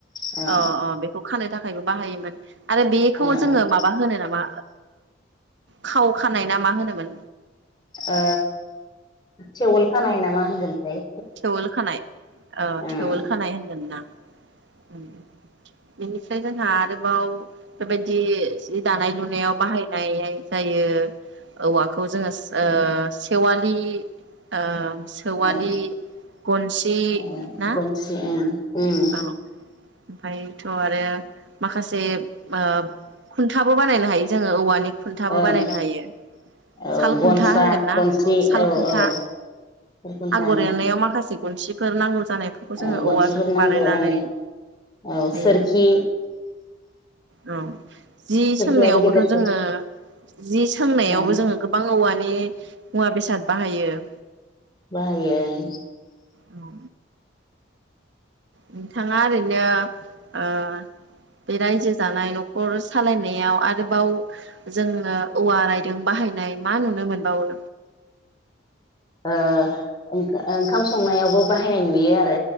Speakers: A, on the left (about 20°); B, on the right (about 70°).
A: औ
B: अ अ बेखौ खानो थाखायबो बाहायोमोन। आरो बेखौ
A: ओ
B: जोङो
A: ओ
B: माबा होनो नामा? खाव खानाय ना मा होनोमोन?
A: ओ थेवल खानाय नामा होनगोनथाय?
B: थेवोल खानाय औ
A: ओं
B: थेवोल खानाय होनगोन ना? उम बेनिफ्राय जोंहा आरोबाव बेबायदि जि दानाय लुनायाव बाहायनाय जायो औवाख खौ जोङो
A: ओं
B: ओ खेवालि ओ - सेवालि
A: ओं
B: गनसि
A: औ
B: ना
A: गनसि ओं ओं
B: औ ओमफ्रायथ' आरो माखासे ओब खुन्थाबो बानायनो हायो जोङो औवानि खुन्थाबो
A: ओं
B: बानायनो हायो
A: औ
B: साल
A: गनसा
B: खुन्था होनगोन ना
A: गनसि
B: बेखौ साल
A: औ
B: खुन्था
A: औ खुन्था
B: आगर एरनायाव हासिब गनसिफोर नांगौ जानायफोरखौ जोङो
A: ओं गनसिफोर
B: औवाजों
A: नांगौ
B: बानायनानै
A: ओं औ
B: हायो
A: सोरखि
B: औ जि
A: सोरखियाबो
B: सोंनायावबोथ'
A: गेदेरसो
B: जोङो जि सोंनायावबो
A: ओं
B: जोङो गोबां औवानि मुवा बेसाद बाहायो।
A: बाहायो ओं।
B: औ नोंथाङा ओरैनो ओ बे रायजो जानाय न'खर सालायनायाव आरोबाव जोङो औवा रायदों बाहायनाय मा नुनो मोनबावो?
A: ओ ओं-ओंखाम संनायावबो बाहायनाय नुयो आरो।